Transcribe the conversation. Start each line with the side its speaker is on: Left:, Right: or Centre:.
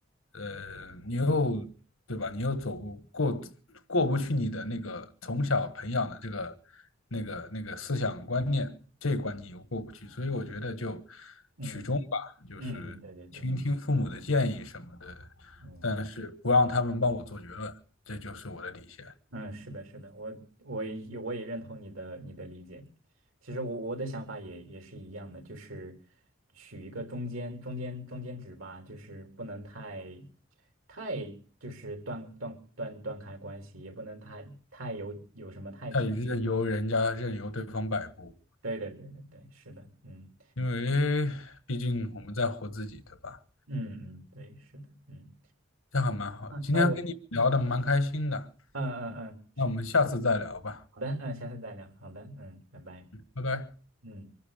Left: 呃，你又对吧？你又走不过过不去你的那个从小培养的这个那个那个思想观念这一关，你又过不去。所以我觉得就
Right: 嗯嗯嗯，
Left: 取中吧，就是倾听父母的建议什么的，
Right: 嗯对对对，嗯。
Left: 但是不让他们帮我做决论，这就是我的底线。
Right: 嗯，是的，是的，我我也我也认同你的你的理解。其实我我的想法也也是一样的，就是取一个中间中间中间值吧，就是不能太太就是断断断断开关系，也不能太太有有什么太紧。
Left: 他也任由人家任由对方摆布，
Right: 对对对对对，是的，嗯
Left: 因为毕竟我们在活自己，对吧？
Right: 嗯嗯，对，是的，嗯。
Left: 这样还蛮好的。
Right: 啊，
Left: 今天跟你聊的蛮开心的，
Right: 那我嗯嗯嗯，
Left: 那我们下次再聊吧，
Right: 好的，嗯，下次再聊，好的，嗯，拜拜，
Left: 拜拜。
Right: 嗯。